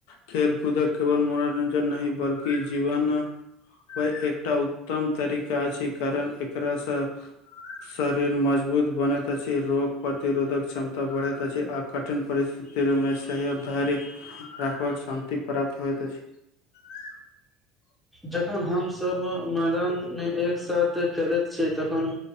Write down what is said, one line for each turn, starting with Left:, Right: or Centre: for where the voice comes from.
Left: खेलकूदक केवल मनोरञ्जन नहि बल्कि जीवन ओहि एकटा उत्तम तरीका अछि छै कारण एकासँ शरीर मजबूत बनैत अछि रोग प्रतिरोधक क्षमता बढ़ैत अछि आ कठिन परिस्थितिमे सेहो धैर्य राखबाक शान्तति प्राप्त होइत अछि। उऊ
Centre: जखन हमसभ मैदान मे एक साथ खेलैत छी तखन